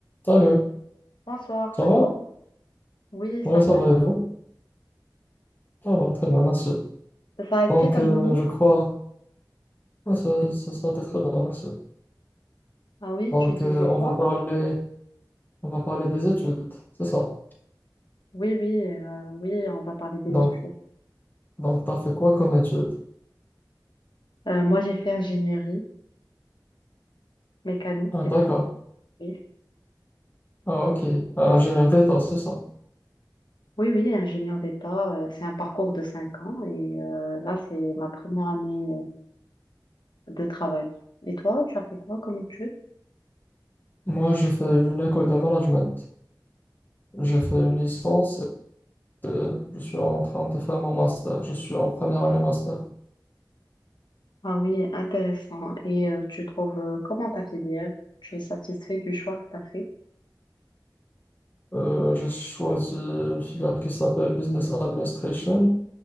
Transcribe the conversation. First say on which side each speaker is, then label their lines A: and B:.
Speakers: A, on the left; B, on the left.
A: Salut,
B: Bonsoir, ça
A: ça va?
B: va? Oui, ça
A: Oui,
B: va
A: ça va
B: et toi?
A: et vous? Ça va, très bien, merci.
B: Ça a été
A: Donc,
B: ta
A: euh,
B: journée?
A: je crois, ouais, ça, ça, ça a été très bien, merci.
B: Ah oui,
A: Donc,
B: tu disais
A: euh, on
B: quoi?
A: va parler, on va parler des études, c'est ça.
B: Oui, oui, euh, oui, on va parler des
A: Donc,
B: études.
A: donc t'as fait quoi comme études?
B: Euh, moi, j'ai fait ingénierie mécanique.
A: Ah, d'accord.
B: euh, oui,
A: Ah, ok. Ah, Ingénieur d'état, c'est ça.
B: oui, oui, ingénieur d'État. euh, c'est un parcours de 5 ans et euh, là, c'est ma première année euh, de travail. Et toi, tu as fait quoi comme études?
A: Moi, j'ai fait une école de management. J'ai fait une licence et euh, je suis en train de faire mon master. Je suis en première année master.
B: Ah oui, intéressant. Et euh, tu trouves euh, comment ta filière? Tu es satisfait du choix que tu as fait?
A: Euh, j'ai choisi une filière qui s'appelle Business Administration.